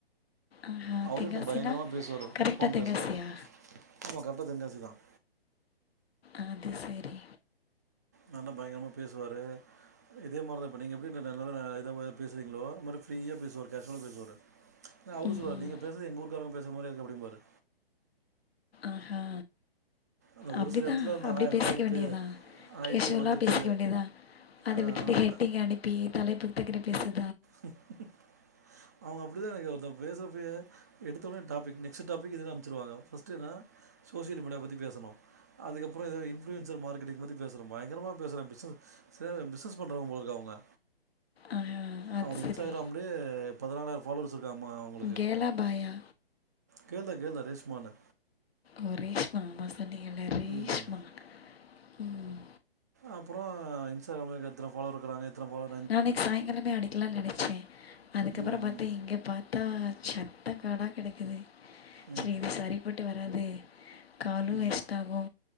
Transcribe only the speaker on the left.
ஆஹா
தெங்காசினா
கரெக்டாக
தெங்காசியா
அது செரி
ம்
ஆஹா
அப்டிதா
அப்டி
பேசிக்க
வேண்டியதா கேஷ்யூலா
பேசிக்க வேண்டியதா அத
விட்டுட்டு ஹெட்டிங்
அனுப்பி தலைப்புக்கு தக்க பேசற
ஆஹா, அது
சரி
கேர்ளா பாயா
ஓ ரேஷ்மா ஆமா சொன்னீங்கல்ல ரேஷ்மா
ம்
நா அன்னைக்கி சாயங்காலமே அடிக்கலானு நெனச்சே அதுக்கப்றோ
பாத்த
இங்க பாத் த்தா சநத்த காடா கெடக்குது
சரி இது சரி பட்டு வராது காலு
வேஸ்ட் ஆகு